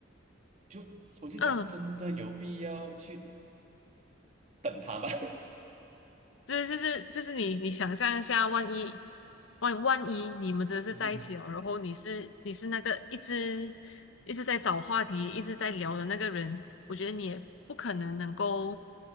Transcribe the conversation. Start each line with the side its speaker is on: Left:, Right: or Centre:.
Right: 就我就想，
Left: 嗯，
Right: 真的有必要去等他吗？
Left: 这就是就是你你想象一下，万一万万一你们真的是在一起了，
Right: <laughs> 嗯，
Left: 然后你是你是那个一直一直在找话题、一直在聊的那个人，我觉得你也不可能能够